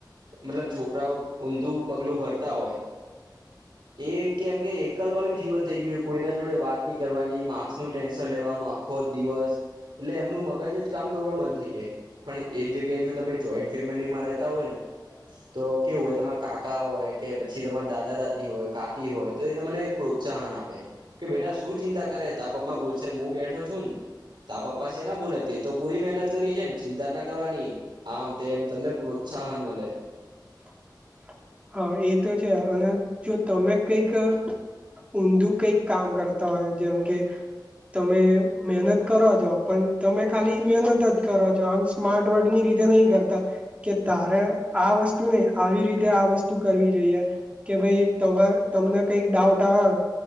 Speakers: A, on the right; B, on the right.
A: મતલબ છોકરાઓ ઊંધું પગલું ભરતા હોય. એ કેમ કે એકલવાયું જીવન થઈ ગયું કોઈના જોડે વાત ન કરવાની નહીં માકૅસ નું ટેન્શન લેવાનું આખો દિવસ એટલે એમનું મગજ કરવા બંધ થઈ જાય પણ એક જગ્યાએ જો તમે જોઈન્ટ ફેમિલીમાં રહેતા હોય ને તો કેવું હોય તમારે કાકા હોય કે પછી થી તમારા દાદા દાદી હોય કાકી હોય તો એ તમને પ્રોત્સાહન આપે. કે બેટા શું ચિંતા કરે તા પપ્પા બોલસે હું બેઠો છું. ને તા પપ્પા છે, ને બોલે તે તો પૂરી મહેનત કરી છે, ને ચિંતા ના કરવાની આમ તેમને. ઉત્સાહાન મળે.
B: <unintelligible> <inaudible> એ તો છે, અને જો તમે કંઈક. ઊંધું કંઈક કામ કરતા હોય જેમ કે, તમે મહેનત કરવા જો પણ તમે ખાલી મહેનત જ કરવા જો આમ સ્માર્ટ વર્ગની રીતે. નહીં કરતા કે તારે આ વસ્તુ નહીં આવી રીતે આ વસ્તુ. કરવી જોઈએ, કે ભાઈ તમે તમને કંઇક ડાઉટ હોય.